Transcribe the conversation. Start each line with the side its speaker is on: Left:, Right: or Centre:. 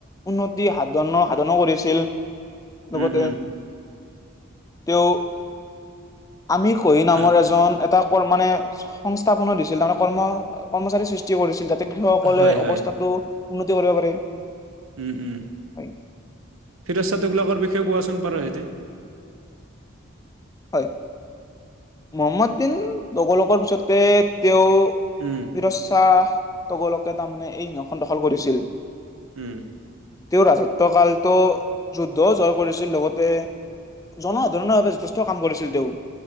Left: উন্নতি সাধন সাধনো কৰিছিল
Right: উম,
Left: লগতে
Right: উম,
Left: তেওঁ আমি কহি নামৰ
Right: অ',
Left: এজন এটা কৰ মানে সংস্থাপন দিছিল তাৰমানে কৰ্ম কৰ্মচাৰী সষ্ট কৰিছিল যাতে কৃষকসকলে
Right: হয়, হয়,
Left: অৱস্থাতো উন্নতি কৰিব পাৰে।
Right: উম উম
Left: হয়
Right: ফিৰজ চাদবিলাকৰ বিষয়ে কোৱাচোন পাৰ সিতি।
Left: হয় মহম্মদ বিন লগলোকৰ পিছতে তেও
Right: উম।
Left: পিৰচ্ছা তগলকে তাৰমানে এই সিংহখন দখল কৰিছিল।
Right: উম।
Left: তেও ৰাজত্ব কালটো যুদ্ধও জয় কৰিছিল লগতে জনসাধাৰণৰ বাবে যথেষ্ট কাম কৰিছিল তেওঁ